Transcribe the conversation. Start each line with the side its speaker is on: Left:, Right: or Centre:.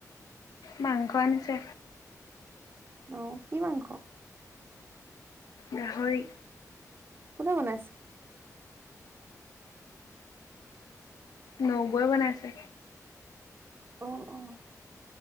Left: মাংস আনিছে।
Right: অহ, কি মাংস?
Left: গাহৰি।
Right: কোনে বনাইছে?
Left: নবৌয়ে বনাইছে।
Right: অঁ, অঁ,